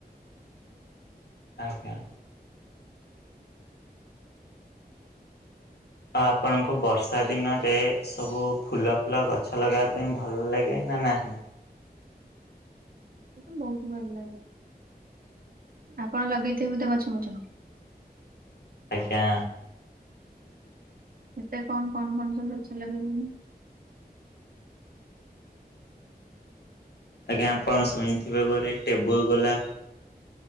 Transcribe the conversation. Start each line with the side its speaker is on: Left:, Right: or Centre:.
Left: ଆଜ୍ଞା। ଆପଣଙ୍କୁ ବର୍ଷା ଦିନରେ ସବୁ ଫୁଲ, ଫୁଲ ଗଛ ଲଗେଇବା ପାଇଁ ଭଲ ଲାଗେ? ନା ନାହିଁ
Right: ମୋତେ ବହୁତ ଭଲ ଲାଗେ ଆପଣ ଲଗେଇଥିବେ ବୋଧେ ଗଛ ଫଛ
Left: ଆଜ୍ଞା
Right: କେତେ କଣ କଣ କଣ ସବୁ ଗଛ ଲଗେଇଛନ୍ତି?
Left: ଆଜ୍ଞା ଆପଣ ଶୁଣିଥିବେ ଘରେ ଟେବୁଲ ଗୋଲାପ?